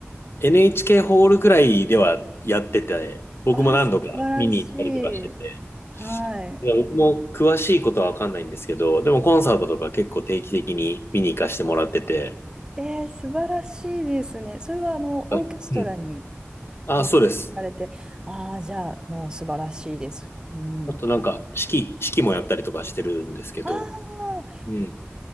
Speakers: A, on the left (about 60°); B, on the right (about 20°).
A: NHK ホールくらいではやってて、僕も何度か見に行ったりとかしてて、
B: あー、素晴らしい。はい。
A: で僕も詳しいことはわかんないんですけど、でもコンサートとか結構定期的に見に行かせてもらってて、
B: えー、素晴らしいですね。それはあのオーケストラに
A: あうん。あ、
B: ご出演されて、
A: そうです。
B: ああ、じゃあもう素晴らしいです。うん。
A: あとなんか、式、式もやったりとかしてるんですけど、
B: ああ、
A: うん。